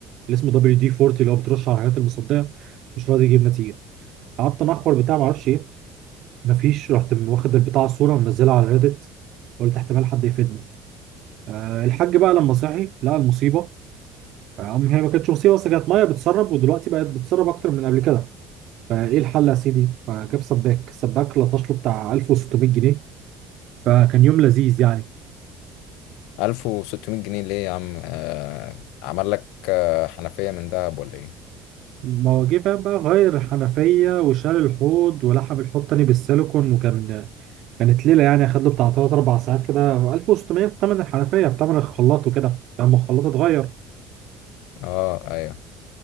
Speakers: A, on the right; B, on the left.
A: اللي اسمه دبليو دي 40 اللي هو بترش على الحاجات المصديه مش راضي يجيب نتيجه قعدت انخر بتاع معرفش ايه مفيش رحت من واخد البتاع صوره منزلها على ريدت قلت احتمال حد يفيدنا أه الحاج بقى لما صحي لقى المصيبه آه، أم هي ما كانتش مصيبه بس كانت ميه بتسرب ودلوقتي بقت بتسرب اكتر من قبل كده فايه الحل يا سيدي فجاب سباك السباك لطش له بتاع 1600 جنيه فكان يوم لذيذ يعني
B: 1600 جنيه ليه يا عم آه عمل لك آه حنفيه من دهب ولا ايه
A: ما هو جه فاهم بقى غير الحنفية وشال الحوض ولحم الحوض تاني بالسيليكون وكان كانت ليلة يعني خد له بتاع تلات أربع ساعات كده 1600 بتمن الحنفية بتمن الخلاط وكده لما الخلاط اتغير
B: اه ايوه